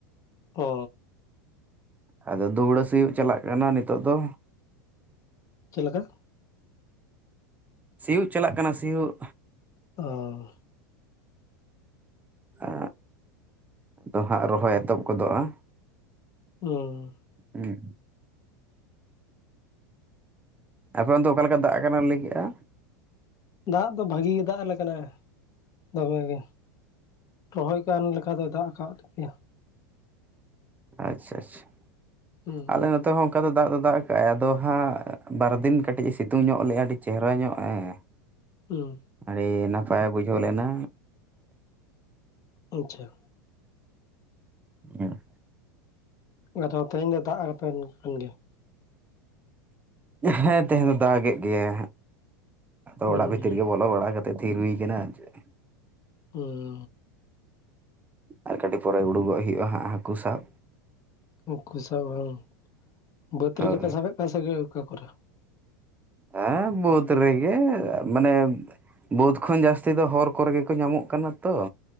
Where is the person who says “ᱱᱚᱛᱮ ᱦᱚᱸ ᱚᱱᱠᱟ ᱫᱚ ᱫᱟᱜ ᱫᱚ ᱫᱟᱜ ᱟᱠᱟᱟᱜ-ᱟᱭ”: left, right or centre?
Right